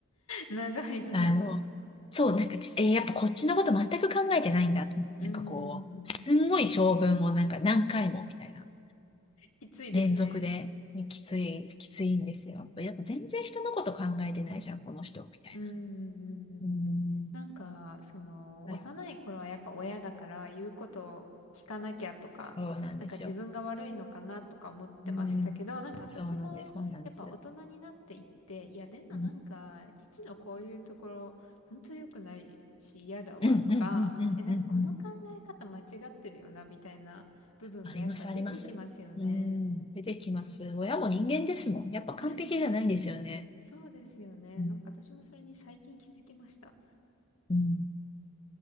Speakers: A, on the left (about 80°); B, on the left (about 25°).
A: 長いんだ。
B: あの、そう、なんかち、えーやっぱこっちのこと全く考えてないんだと思って、
A: うん。
B: なんかこう、すんごい長文をなんか何回もみたいな。
A: きついですね。
B: 連続で、ねきつい、きついんですよ。やっぱ全然人のこと考えてないじゃん、この人、みたい
A: うんうんうんうん
B: な。うん。
A: なんか、その、
B: はい。
A: 幼い頃はやっぱ親だから言うことを聞かなきゃとか、
B: そうなんですよ。
A: なんか自分が悪いのかなとか思ってましたけど、
B: うん。
A: なんか私もやっぱ大人になっていって、
B: そうなんです、そうなんです。
A: いやでもなんか、
B: うん、
A: 父のこういうところ、ほんと良くないし嫌だわとか、
B: うん、うん、うん、
A: え、なんかこの考え方間違ってるよなみたいな部分がやっぱ出てきますよね。
B: うん、うん。あります、あります。うん。出てきます。親も人間ですもん。
A: うん。
B: やっぱ完璧じゃないんですよね。
A: <laughs> そうですよね。
B: うん。
A: なんか私もそれに最近気づきました。
B: うん。